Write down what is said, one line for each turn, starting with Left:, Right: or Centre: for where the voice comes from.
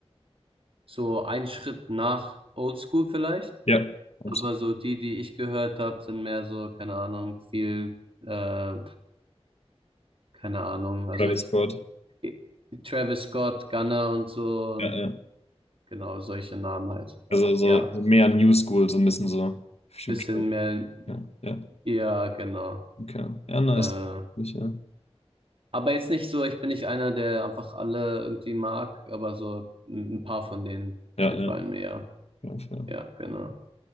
Right: so ein Schritt nach Oldschool vielleicht,
Left: Ja, absolut.
Right: aber so die, die ich gehört habe, sind mehr so, keine Ahnung, viel, äh, keine Ahnung, also
Left: Travis
Right: ich,
Left: Scott
Right: ich Travis Scott, Gunner und so
Left: Ja,
Right: und
Left: ja.
Right: genau solche Namen halt, äh,
Left: Also so
Right: ja.
Left: so mehr New School, so ein bisschen so Future.
Right: bisschen mehr,
Left: Ja, ja,
Right: ja, genau.
Left: okay. Ja, nice.
Right: Äh,
Left: Sicher.
Right: aber jetzt nicht so, ich bin nicht einer, der einfach alle irgendwie mag, aber so ein ein paar von denen
Left: Ja,
Right: gefallen
Left: ja.
Right: mir ja.
Left: Ja, fair.
Right: Ja, genau.